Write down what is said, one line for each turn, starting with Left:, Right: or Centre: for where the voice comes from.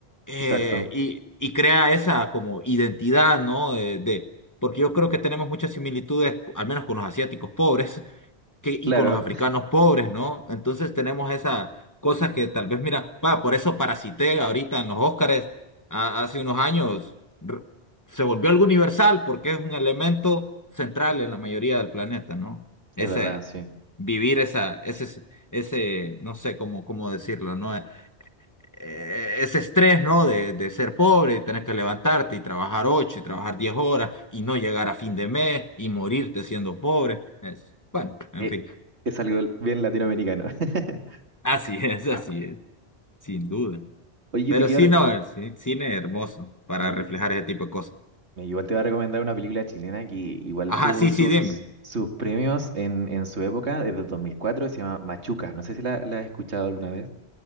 Left: eh,
Right: exacto.
Left: y, y crea esa como identidad, ¿no? De, de- porque yo creo que tenemos muchas similitudes, al menos con los asiáticos pobres, que, y
Right: Claro,
Left: con los africanos pobres, ¿no? Entonces tenemos esa cosa que tal vez, mira, va, por eso parasité ahorita en los Óscares a- hace unos años, r- se volvió algo universal porque es un elemento central en la mayoría del planeta, ¿no?
Right: <laughs>
Left: Ese
Right: es verdad, sí.
Left: vivir esa, ese, ese, no sé cómo, cómo decirlo, ¿no? Eh, Ese estrés, ¿no? De, de ser pobre, y tener que levantarte y trabajar ocho y trabajar diez horas y no llegar a fin de mes y morirte siendo pobre. Es, bueno, en
Right: Eh,
Left: fin.
Right: es algo bien latinoamericano. <laughs>
Left: Así es, así es, sin duda.
Right: Oye, yo
Left: Pero
Right: te quiero...
Left: sí,
Right: re-
Left: no, el ci- cine es hermoso para
Right: No, yo-
Left: reflejar ese tipo de cosas.
Right: me- igual te voy a recomendar una película chilena que igual
Left: Ajá,
Right: tuvo
Left: sí,
Right: su-
Left: sí, dime.
Right: s- sus premios en, en su época, desde el 2004, se llama Machuca. No sé si la, la has escuchado alguna vez.